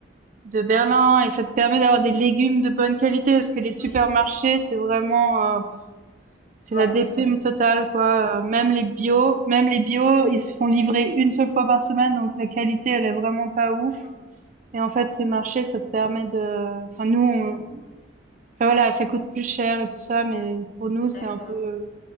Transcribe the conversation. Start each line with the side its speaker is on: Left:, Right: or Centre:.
Right: de Berlin et ça te permet d'avoir des légumes de bonne qualité parce que les supermarchés
Left: Mm.
Right: c'est vraiment euh, c'est
Left: Ouais.
Right: la déprime totale quoi, heu, même les bio même les bio, ils se font livrer une seule fois par semaine, donc la qualité, elle est vraiment pas ouf
Left: Mm.
Right: et en fait, ces marchés, ça te permet de enfin nous, on enfin voilà, ça coûte plus cher et tout ça, mais pour nous, c'est
Left: D'accord.
Right: un peu,